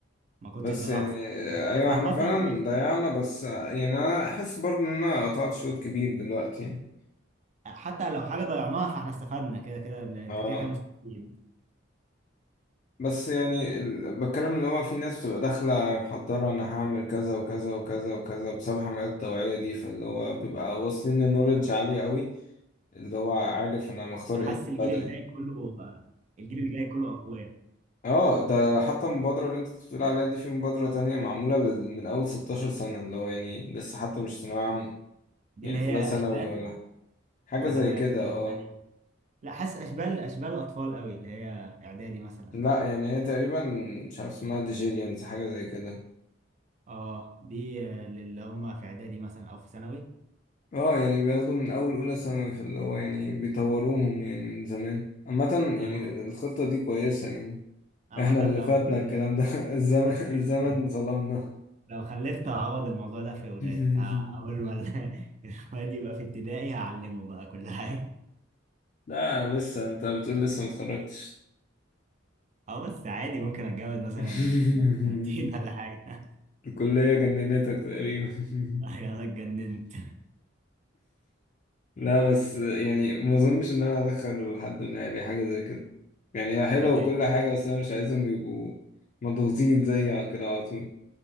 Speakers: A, on the right (about 35°); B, on the left (about 40°).
A: ما كنتش
B: بس
A: ضيعت
B: يعني
A: سنه في الفترة.
B: ايوه
A: بس عامه
B: احنا فعلا
A: بص،
B: ضيعنا بس يعني انا حاسس برضه ان انا قطعت شوط كبير دلوقتي يعني
A: حتى لو حاجه ضيعناها فاحنا استفدنا كده كده لأن انت
B: اه
A: كده كده مستفيد
B: بس يعني ال- بتكلم اللي هو في ناس بتبقى داخلة محضرة انا هعمل كذا وكذا وكذا وكذا بسبب حملات التوعية دي فاللي هو بيبقى واصلين لنولج عالية قوي اللي هو عارف انا مختار
A: انا
B: ايه
A: حاسس
B: من
A: الجيل
B: بدري
A: اللي جاي كله الجيل اللي جاي كله اقوياء
B: اه ده حتى المبادرة اللي انت كنت بتقول عليها دي في مبادرة تانية معمولة لل- من أول 16 سنة اللي هو يعني لسه حتى مش ثانوية عامة
A: دي
B: يعني
A: اللي هي
B: في أولى ثانوي
A: اشبال
B: ولا حاجة
A: ولا
B: زي كده
A: يعني
B: اه
A: لا حاسس اشبال اشبال اطفال قوي اللي هي اعدادي مثلا
B: لا يعني هي تقريبا مش عارف اسمها ديجيريانز حاجة زي كده
A: اه دي آه، اللي هم في اعدادي مثلا او في ثانوي
B: اه يعني بياخدوا من أول أولى ثانوي فاللي هو يعني بيطوروهم يعني من زمان عامة
A: آه،
B: يعني الخطة دي كويسة يعني
A: عامة
B: احنا اللي
A: لو
B: فاتنا
A: خلفت
B: الكلام ده <laughs> الزمن
A: <laughs>
B: الزمن ظلمنا
A: لو خلفت هعوض الموضوع ده في ولادي
B: <laughs>
A: ه- أول ما ال- <laughs> الواد يبقى في ابتدائي هعلمه بقى كل حاجة
B: لا لسه انت بتقول لسه متخرجتش
A: أه بس عادي ممكن أتجوز مثلا
B: <laughs>
A: في خلال سنتين ولا حاجة <laughs>
B: الكلية جننتك تقريبا <laughs>
A: أنا اتجننت
B: لا بس يعني ما اظنش ان انا ادخل حد من اهلي حاجة زي كده يعني هي حلوة
A: ليه؟
B: وكل حاجة بس انا مش عايزهم يبقوا مضغوطين زي كده على طول